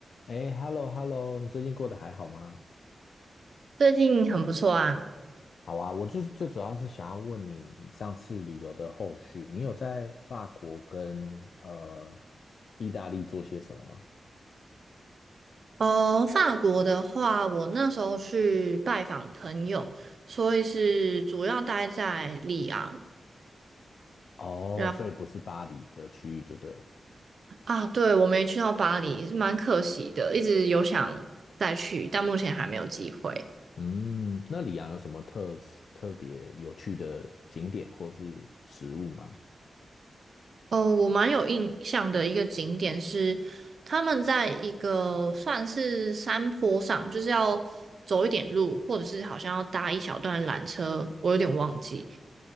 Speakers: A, on the left (about 70°); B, on the right (about 55°).
A: 哎，hello，hello，你最近过得还好吗？
B: 最近很不错啊。
A: 好啊，我就是最主要是想要问你，你上次旅游的后续，你有在法国跟呃意大利做些什么吗？
B: 哦，法国的话，我那时候去拜访朋友，所以是主要待在里昂。
A: 哦，
B: 然
A: 所以不是巴黎的区域就对了。
B: 啊，对，我没去到巴黎，蛮可惜的，一直有想再去，但目前还没有机会。
A: 嗯，那里昂有什么特特别有趣的景点或是食物吗？
B: 哦，我蛮有印象的一个景点是，他们在一个算是山坡上，就是要走一点路，或者是好像要搭一小段缆车，我有点忘记。